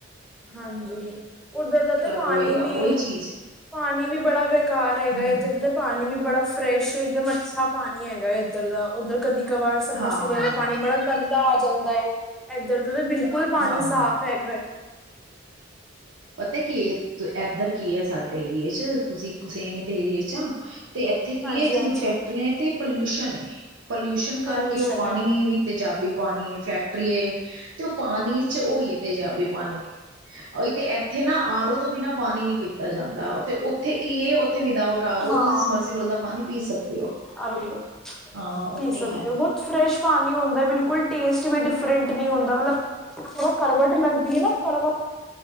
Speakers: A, in the centre; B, on the right.
A: ਹਾਂਜੀ ਉੱਧਰ ਦਾ ਤੇ ਪਾਣੀ
B: ਹੋਏਗਾ
A: ਵੀ
B: ਉਹੀ ਚੀਜ਼
A: ਪਾਣੀ ਵੀ ਬੜਾ ਬੇਕਾਰ ਹੈਗਾ
B: ਹਮ
A: ਇੱਧਰ ਤੇ ਪਾਣੀ ਵੀ ਬੜਾ ਫਰੈਸ਼ ਇੱਕਦਮ ਅੱਛਾ ਪਾਣੀ ਹੈਗਾ ਇੱਧਰ ਦਾ ਉੱਧਰ ਕਦੀ ਕਵਰ ਸਮਰਸੀ
B: ਹਾਂ ਹਾਂ
A: ਵਾਲਾ ਪਾਣੀ ਬੜਾ ਗੰ ਦਾ ਆ ਜਾਂਦਾ ਏ। ਇੱਧਰ ਤਾ ਬਿਲਕੁਲ ਪਾਣੀ
B: ਹਾਂ
A: ਸਾਫ਼
B: ਹਾਂ
A: ਹੈ ।ਘਰ
B: ਪਤਾ ਕੀ ਏਧਰ ਕੀ ਹੈ ਸਾਡੇ ਏਰੀਏ ਚ ਤੁਸੀਂ ਸੇਮ ਤਾਂ ਏਰੀਏ ਚ ਆ। ਤੇ ਇੱਥੇ ਕੀ
A: ਹਾਂਜੀ-ਹਾਂਜੀ
B: ਹੈ ਜਿਵੇਂ ਫੈਕਟਰੀਆਂ ਤੇ ਪੋਲਿਊਸ਼ਨ ਏ। ਪੋਲਿਊਸ਼ਨ ਕਰਕੇ
A: ਪੋਲਿਊਸ਼ਨ
B: ਉਹ ਪਾਣੀ ਵੀ ਤੇਜ਼ਾਬੀ ਪਾਣੀ ਐ। ਫੈਕਟ ਫੈਕਟਰੀ ਏ ਤੇ ਉਹ ਪਾਣੀ ਚ ਹੋਈ ਹੈ। ਤੇਜਾਬੀ ਪਾਣੀ ਉਹੀ ਤੇ ਇੱਥੇ ਨਾ ਆਰੋ ਤੋਂ ਤੋਂ ਬਿਨਾਂ ਪਾਣੀ ਨੀ ਪੀਂ ਪੀਤਾ ਜਾਂਦਾ ਤੇ ਉੱਥੇ ਕੀ ਏ- ਉੱਥੇ ਵਿਦਾਉਟ ਆਰੋ
A: ਹਾਂ
B: ਤੁਸੀਂ ਸਮਰਸੀਬਲ ਦਾ ਪਾਣੀ ਪੀ ਸਕਦੇ ਹੋ
A: ਆਰ ਓ
B: ਹਾਂ ਉਥੇ
A: ਪੀ ਸਕਦੇ
B: ਹੈ।
A: ਹੋ ਬਹੁਤ ਫਰੈਸ਼ ਪਾਣੀ ਹੁੰਦਾ ਬਿਲਕੁਲ ਟੇਸਟ ਵੀ ਡਿਫਰੈਂਟ ਨਹੀਂ ਹੁੰਦਾ ਮਤਲਬ ਕੜਵਟ ਲੱਗਦੀ ਹੈ ਨਾ ਕੜਵਟ